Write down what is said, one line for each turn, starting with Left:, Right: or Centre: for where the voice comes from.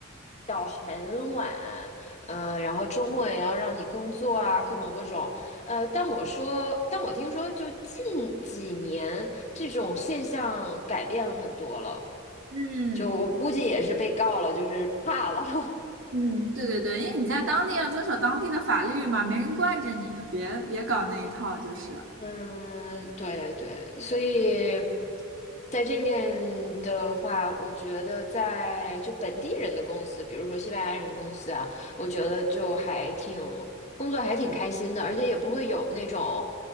Left: 到很晚，嗯、然后周末也要让你工作啊，各种各种。呃，但我说，但我听说就近几年这种现象改变了很多了，
Right: 嗯
Left: 就我估计也是被告了，就是怕了。<laughs>
Right: 嗯，对对对，因为你在当地要遵守当地的法律嘛，没人惯着你，别别搞那一套，就是，
Left: 嗯，对对，所以在这面的话，我觉得在就本地人的公司，比如说西班牙人公司啊，我觉得就还挺工作还挺开心的，而且也不会有那种